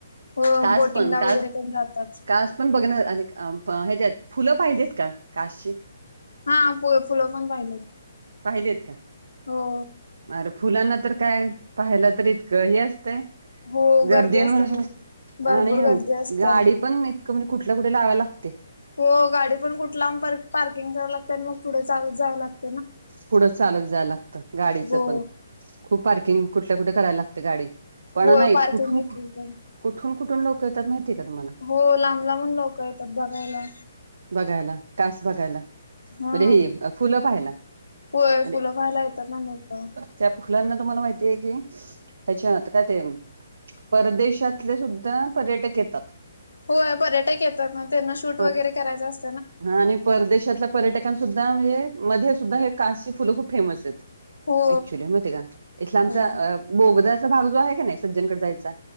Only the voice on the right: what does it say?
कास
पण कास
कास पण बघणा फुल पाहिली का काशचे
पाहिले आहेत का?
अर फुलांना तर काय पाहायला तर इतकं ह असतय
गर्दी
म्ह
आणि
गाडी पण नाही कुम कुठल्या कुठे लावाव लागतय
पुढं चालत जायला लागत गाडीचं
पण. खूप पार्किंग कुठल्या कुठे करायला लागते गाडी पण
नाही
कुठून
कुठून कुठून लोकं येतात माहिती आहे का तुम्हाला?
बघायला कास बघायला
अरे हे फुलं पाहाला
आरे
त्या फुलांना तुम्हाला माहितीय कि ह्याच्यात काय ते परदेशातले सुद्धा पर्यटक येतात
पण
हा आणि परदेशातल्या पर्यटकांसुद्धा म्हणजे मध्ये सुद्धा हे कासची फुलं खूप फेमस आहेत.
ऍक्च्युली माहिती आहे का इथला आमचा
अ बोगदाचा भाग जो आहे का नाही सज्जनगड जायचा